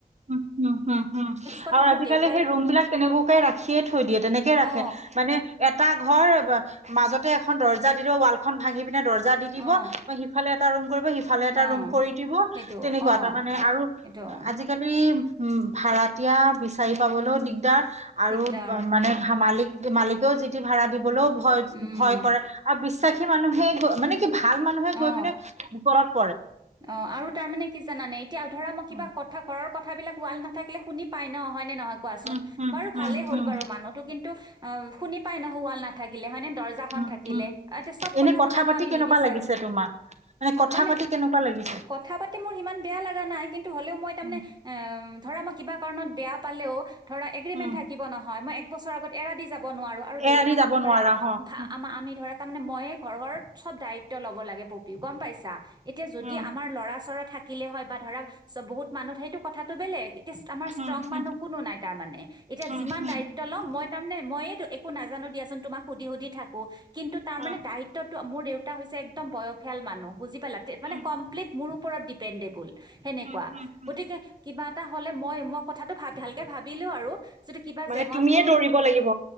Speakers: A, on the right; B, on the right.
A: উম, উম, হম, হম।
B: কথা
A: আৰু
B: মোক
A: আজিকালি
B: দেউতাই
A: সেই ৰুমবিলাক তেনেকুৱাকৈ ৰাখিয়েই থৈ দিয়ে। তেনেকৈ
B: অ
A: ৰাখে, মানে, এট এটা ঘৰ। মাজতে এখন দৰ্জা দিলেও, ৱালখন ভাঙি পিনে দৰ্জা দি দিব,
B: অ
A: বা সিফালে এটা ৰুম কৰিব, সিফালে এটা
B: অ
A: ৰুম কৰি দিব।
B: সেইটো
A: তেনেকুৱা,
B: অ
A: তাৰমানে, আৰু
B: সেইটো
A: আজি এই, উম, ভাড়াতীয়া বিচাৰি পাবলৈও দিগদাৰ আৰু,
B: দিগদাৰ
A: মানে, হা, মালিক মালিকেও যি-টি ভাড়া দি বলেও ভয়,
B: উম
A: ভয় কৰে আৰু বিশ্বাসী মানুহে মানে ভাল মানুহে গৈ
B: অ
A: পিনে ওপৰত
B: অ', আৰু তাৰমানে কি জানানে? এতিয়া ধৰা মই
A: উম,
B: কিবা কথা ঘৰৰ কথ কথাবিলাক ৱাল নাথাকিলে শুনি পায় ন হয় নে নহয় কোৱাচোন
A: উম, উম,
B: বাৰু
A: উম,
B: ভালেই হ'ল
A: উম,
B: বাৰু মানুহতো কিন্তু আহ শুনি পাই নহয় ৱাল নাথাকিলে হয়নে দৰ্জাখন
A: উম।
B: থাকিলে
A: উম।
B: এতিয়া চব
A: এনে
B: কথা শুনাব
A: পাতি
B: আমি
A: কেনেকুৱা
B: নিবিচাৰো
A: লাগিছে তোমাক? কথা
B: মানে
A: পাতি কেনেকুৱা লাগিছে?
B: কথা পাতি মোৰ হিমান বেয়া লগা নাই কিন্তু হ'লেও মই তাৰ
A: উম,
B: মানে অঁ ধৰা মই কিবা কাৰণত বেয়া পালেও ধৰা এগ্ৰীমেণ্ট
A: উম,
B: থাকিব নহয় মই এগ এবছৰ আগত এৰা দি যাব যাব নোৱাৰো আৰু
A: এআৰি
B: দেউতা হ'ল
A: যাব
B: ধৰা
A: নোৱাৰা হ? উম,
B: আমি আমি ধৰা তাৰ মানে ময়েই ঘৰ ঘৰৰ চব দায়িত্ব ল'ব লাগে পপি গম পাইছা যদি
A: উম,
B: আমাৰ ল'ৰা চৰা থাকে থাকিলে হয় বা ধৰা বহুত মানুহ সেইটো কথা চবে লেডিজ আমাৰ
A: উম,
B: ষ্ট্ৰং মানুহ
A: উম,
B: কোনো নাই তাৰ মানে এতিয়া
A: উম,
B: যিমান
A: উম,
B: দায়িত্ব লও মইয়েই তাৰমানে একদম একো নাজানো দিয়াচোন তোমাক সুধি সুধি থাকো কিন্তু তাৰ মানে
A: অ',
B: দায়িত্বটো মোৰ দেউতা দউতা হৈছে একদম বয়সীয়াল মানুহ বুজি পালা তে মানে
A: উম,
B: কম্পিল্ট মোৰ ওৰত ডিপেণ্ডেবল সেনেকুৱা
A: উম, উম, উম,
B: গতিকে কিবা এটা হ'লে মই মই কথাটো ভা ভালকে ভাবিলো আৰু যদি কিবা
A: মানে
B: জেঙত
A: তুমিয়ে
B: পৰো
A: দৌৰিব লাগিব।